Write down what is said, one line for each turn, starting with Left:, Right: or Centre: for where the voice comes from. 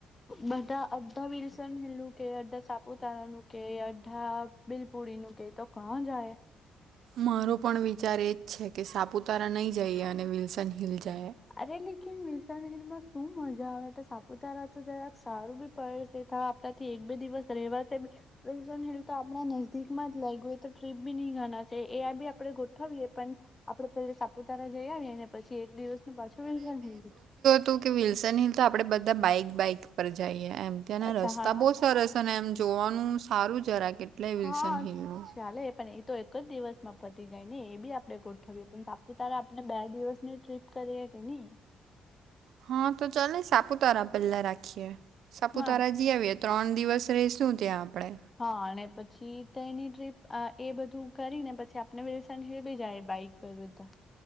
Left: બધા અડધા વિલસન હેલું કે અડધા સાપુત તારાનું કે અઢા બિલપુડી ન કેહી તો ક જાય
Right: મારો પણ વિચાર એ જ છે, કે સાપુતારા નહીં જઈએ અને વિલ્સન હિલ જાયએ.
Left: અરે લેકિન વિલ્સન હિલમાં શું મજા આવે ટ સાપુતારા તો જરાક સારું બી પરસે તા આપણાથી એક બે દિવસ રહેવાસે વિલ્સન હિલ તો આપણા નજદીકમાં જ લાયગુ એ તો ટ્રીપ બી નહી ગણા છે એ બી આપડે ગોઠવીએ પણ આપડે પેલા સાપુતારા જઈ આવીએ ને પછી એક દિવસનું પાછું વિલ્સન હિલ.
Right: તો કે વિલ્સનહિલ તો આપણેે બધા બાઈક-બાઈક પર જઈએ એમ. ત્યાંના
Left: અચ્છા
Right: રસ્તા
Left: હા
Right: બહુ સરસ અને એમ જોવાનું સારું જરાક એટલે વિલ્સનહિલનું
Left: હા ચાલે એ પણ એ તો એક જ દિવસમાં પતી જાય ને એ બી આપડે ગોઠવીએ, પણ સાપુતારા આપણે બે દિવસની ટ્રીપ કરીએ કે ની
Right: હા તો ચાલને સાપુતારા પેલા રાખીએ, સાપુતારા
Left: હા
Right: જી આવીએ. ત્રણ દિવસ રેયશું ત્યા આપડે
Left: હા અને પછી તેની ટ્રીપ અ એ બધું કરીને પછી આપને વિલ્સનહિલ બી જાયે બાઈક પવેદા